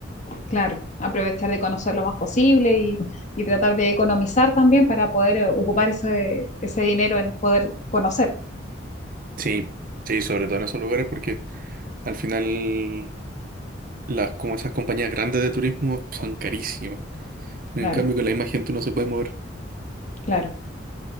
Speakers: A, on the left; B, on the right.
A: claro. Aprovechar de conocer lo más posible y, y tratar de economizar también para poder eh, ocupar ese, ese dinero en poder conocer.
B: Sí, sí, sobre todo en esos lugares porque al final las, como esas compañías grandes de turismo son carísimas. En
A: Claro,
B: cambio con la misma gente uno se puede mover.
A: claro.